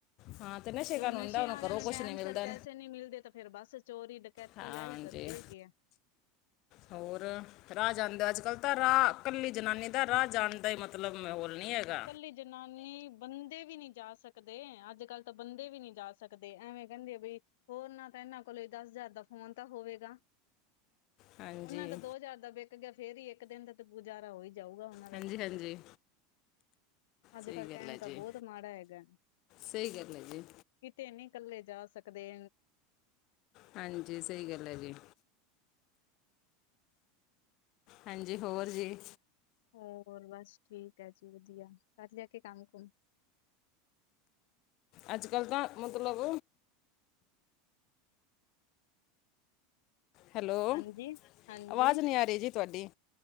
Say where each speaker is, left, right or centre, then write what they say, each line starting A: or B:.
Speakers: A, on the left; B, on the left.
A: ਹਾਂ ਨਸ਼ੇ
B: ਤੇ
A: ਕਾਰਨ
B: ਹ ਨਸ਼ਿਆਂ
A: ਹੁੰਦਾ ਉਹਨੂੰ
B: ਵਾਲਿਆਂ
A: ਘਰੋਂ
B: ਨੂੰ
A: ਕੁਛ
B: ਟਾਈਮ
A: ਨਹੀਂ ਮਿਲਦਾ
B: ਸਿਰ ਪੈਸੇ ਨੀ ਮਿਲਦੇ, ਤੇ ਫੇਰ ਬਸ ਚੋਰੀ ਡਕੈਟ
A: ਹਾਂ
B: ਤੇ ਆਹੀ ਕਰਦੇ
A: ਜੀ
B: ਹੈਗੇ ਆ।
A: ਹੋਰ? ਰਾਹ ਜਾਂਦਾ, ਅੱਜ-ਕੱਲ੍ਹ ਤਾਂ ਰਾਹ ਕੱਲੀ ਜਨਾਨੀ ਦਾ ਰਾਹ ਜਾਣ ਦਾ ਹੀ, ਮਤਲਬ ਮਾਹੌਲ ਨਹੀਂ ਹੈਗਾ।
B: ਕੱਲੀ ਜਨਾਨੀ, ਬੰਦੇ ਵੀ ਨਹੀਂ ਜਾ ਸਕਦੇ, ਅੱਜ ਕੱਲ ਤਾਂ ਬੰਦੇ ਵੀ ਨਹੀਂ ਜਾ ਸਕਦੇ। ਸਕਦੇ, ਐਵੇਂ ਕਹਿੰਦੇ ਆ ਹੋਰ ਨਾ ਤਾਂ, ਇਹਨਾਂ ਕੋਲ ਦਸ ਹਜ਼ਾਰ ਦਾ, ਫੋਣ ਤਾਂ ਹੋਵੇਗਾ,
A: ਹਾਂਜੀ
B: ਉਹਨਾਂ ਦਾ ਦੋ ਹਜ਼ਾਰ ਦਾ, ਗਿਆ, ਫੇਰ ਹੀ ਇੱਕ ਦਿਨ ਦਾ ਗੁਜ਼ਾਰਾ ਹੋ ਹੀ ਜਾਊਗਾ, ਉਹਨਾਂ ਦਾ
A: ਹਾਂਜੀ
B: ਤਾਂ
A: ਹਾਂਜੀ,
B: ਅੱਜ-ਕਲ੍ਹ
A: ਸਹੀ ਗੱਲ
B: ਟਾਈਮ
A: ਹੈ ਜੀ
B: ਤਾਂ ਬਹੁਤ ਮਾੜਾ ਹੈਗਾ।
A: ਸਹੀ ਗੱਲ ਹੈ ਜੀ
B: ਕਿਤੇ ਨੀ ਇਕੱਲੇ ਜਾ ਸਕਦੇ।
A: ਹਾਂਜੀ ਸਹੀ ਗੱਲ ਹੈ ਜੀ। ਹਾਂਜੀ ਹੋਰ ਜੀ।
B: ਹੋਰ ਬਸ ਠੀਕ ਹੈ ਜੀ, ਵਧੀਆ ਕਰ ਲਿਆ ਕੇ ਕੰਮ ਕੁਮ
A: ਅੱਜ ਕੱਲ੍ਹ ਤਾਂ, ਮਤਲਬ ਹੈਲੋ,
B: ਹਾਂਜੀ ਹਾਂਜੀ
A: ਆਵਾਜ਼ ਨਹੀਂ ਆ ਰਹੀ ਜੀ ਤੁਹਾਡੀ।